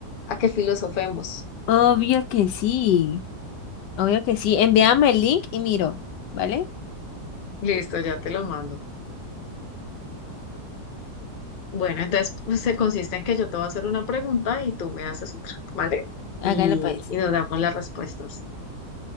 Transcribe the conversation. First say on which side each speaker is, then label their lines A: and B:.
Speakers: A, on the left; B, on the left.
A: a que filosofemos.
B: Obvio que sí, obvio que sí. Envíame el link y miro, ¿vale?
A: Listo, ya te lo mando. Bueno, entonces pues, se consiste en que yo te voy a hacer una pregunta y tú me haces otra, ¿vale?
B: Hágalo
A: Y,
B: pues.
A: y nos damos las respuestas.